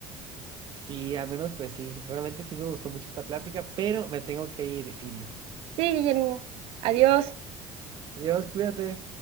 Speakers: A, on the right (about 45°); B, on the right (about 65°).
A: Sí, al menos pues sí, realmente sí me gustó mucho esta plática, pero me tengo que ir, Iris.
B: Sí, Guillermo. Adiós.
A: Adiós, cuídate.